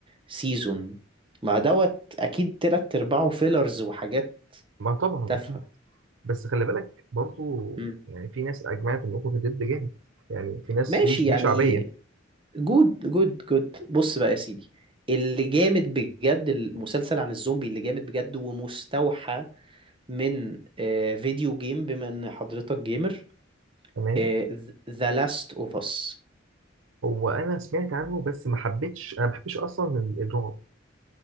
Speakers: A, on the right; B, on the right.
A: سيزون ما دوت اكيد تلات ارباعه فيلرز وحاجات
B: ما طبعا
A: تافهة
B: اكيد بس خلي بالك برضو
A: مم.
B: يعني في ناس اجمعت ان اوكي ضد جامد يعني في ناس
A: ماشي
B: ليه
A: يعني
B: ليه شعبيه
A: جود جود جود بص بقى يا سيدي اللي جامد بجد المسلسل عن الزومبي اللي جامد بجد ومستوحى من آه، فيديو جيم بما ان حضرتك جيمر
B: تمام
A: آه، ذا لاست اوف اس
B: هو انا سمعت عنه بس ما حبيتش انا ما بحبش اصلا ال- الرعب